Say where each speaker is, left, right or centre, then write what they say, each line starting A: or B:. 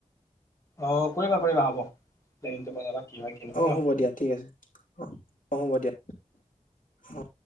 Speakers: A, on the left (about 25°); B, on the left (about 80°).
A: অ কৰিবা কৰিবা হ'ব প্লেনিংটো বনাবা। কি হয় কি নহয়
B: অ'
A: ন
B: হ'ব দিয়া ঠিক আছে অ' অ' হ'ব দিয়া অ'।